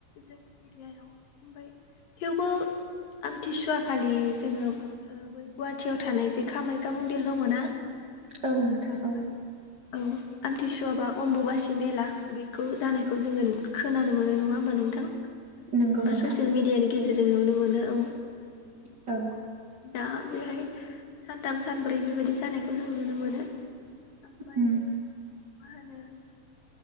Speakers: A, on the left (about 70°); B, on the right (about 40°).
A: जोंनि एरियायाव ओमफाय थेवबो आमथिसुवा खालि जोङो ओ बै गुवाहाटियाव थानाय जे कामाख्या मन्दिर दङ ना
B: औ नोंथां
A: बेवहाय
B: औ
A: औ आमथिसुवाबा अमबुबासि मेला बेखौ जानायखौ जोङो खोनानो मोनो नङा होमबा नोंथां
B: नंगौ
A: बा
B: नोंथां
A: ससियेल मिडियानि गेजेरजों नुनो मोनो औ
B: औ
A: दा बेहाय सानथाम सानब्रै बेबायदि जानायखौ जों नुनो मोनो ओमफाय
B: उम
A: मा होनो